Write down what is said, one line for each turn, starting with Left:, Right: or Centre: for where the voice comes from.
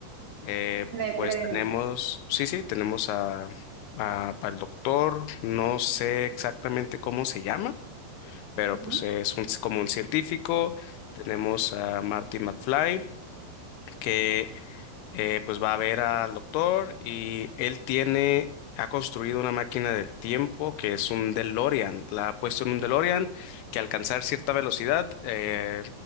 Left: Eh,
Right: me-
Left: pues
Right: brevemente.
Left: tenemos, sí, sí, tenemos a, a- al doctor, no sé exactamente cómo se llama, pero
Right: ujú,
Left: pues es un- como un científico. Tenemos a Marty McFly, que eh, pues va a ver al doctor y él tiene, ha construido una máquina del tiempo que es un DeLorean. La ha puesto en un DeLorean que al alcanzar cierta velocidad eh,